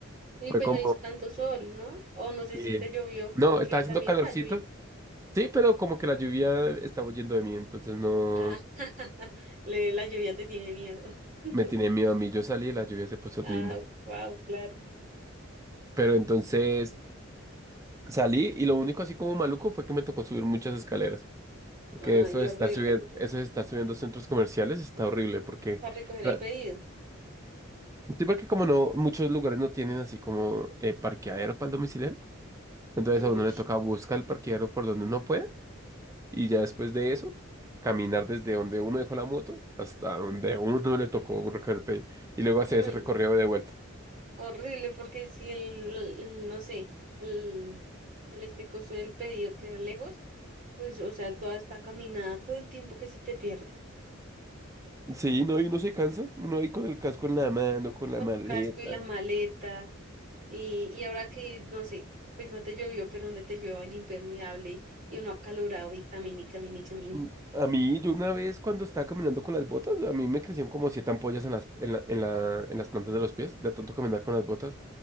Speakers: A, on the right; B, on the right.
A: y
B: Fue
A: pues
B: como...
A: no hizo tanto sol, ¿no? O no sé
B: eh,
A: si te llovió,
B: no,
A: porque
B: estaba haciendo
A: también
B: calorcito,
A: está lloviendo.
B: Sí, pero como que la lluvia estaba huyendo de mí, entonces no
A: Ah, <laughs> le- la lluvia te tiene miedo. <laughs>
B: me tenía miedo a mí. Yo salí y la lluvia se puso
A: Ah,
B: linda.
A: wow, claro.
B: Pero entonces salí y lo único así como maluco fue que me tocó subir muchas escaleras. Porque
A: Ay,
B: eso de estar
A: horrible.
B: subiendo, eso de estar subiendo centros comerciales está horrible porque,
A: Para recoger
B: la-
A: el pedido.
B: sí, porque como no, muchos lugares no tienen así como eh, parqueadero para el domiciliario. Entonces
A: Uy,
B: a uno le toca buscar el parqueadero por donde uno puede Y ya después de eso, caminar desde donde uno dejó la moto hasta donde uno le tocó recoger el pelo. Y luego hacer
A: uy,
B: ese recorrido de vuelta.
A: horrible, porque si el, el- no sé, el, el este coso del pedido queda lejos, pues, o sea, toda esta caminada, todo el tiempo que se te pierde.
B: Sí, no, y uno se cansa, uno ahí con el casco en la mano, con la
A: Con
B: maleta.
A: el casco y la maleta. Y, y ahora que, no sé, pues no te llovió, pero donde te llueva el impermeable y uno acalorado y camine y camine y camine.
B: Mm, A mí, yo una vez cuando estaba caminando con las botas, a mí me crecían como siete ampollas en las, en la, en la, en las plantas de los pies, de tanto caminar con las botas.